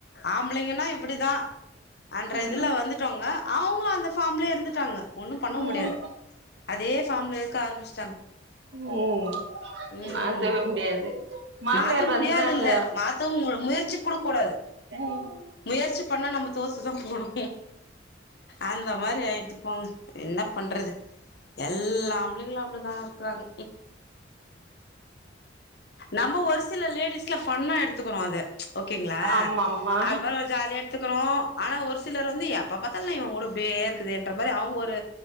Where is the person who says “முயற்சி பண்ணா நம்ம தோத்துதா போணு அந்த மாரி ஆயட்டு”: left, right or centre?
Left